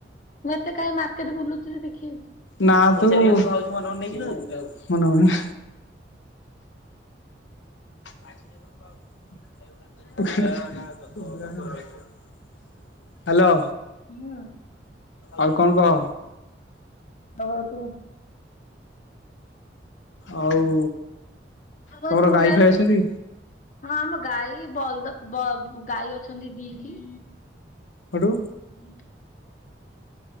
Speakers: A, on the left; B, on the left.
A: ମୁଁ ଏତେ କାଇଁ ମାର୍କେଟ ବୁଲୁଛି ଯେ ଦେଖିବି।
B: ନା ତୁ ମନେ ମନେ। <unintelligible> ହାଲୋ।
A: ହୁଁ।
B: ଆଉ କଣ କହ।
A: ତମେ କୁହ।
B: ଆଉ।
A: ଆଉ କଣ
B: ତମର
A: ସ୍କୁଲ
B: ଗାଈ
A: ଯାଇନୁ।
B: ଫାଇ ଅଛନ୍ତି
A: ହଁ ଆମ ଗାଈ ବଲଦ ବ ଗାଈ ଅଛନ୍ତି ଦିଟି।
B: ସେଠୁ।
A: <inaudible>